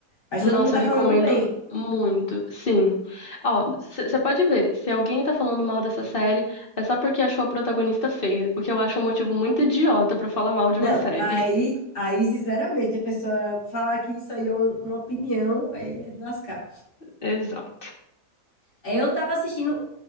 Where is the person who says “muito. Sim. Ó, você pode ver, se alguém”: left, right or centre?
Left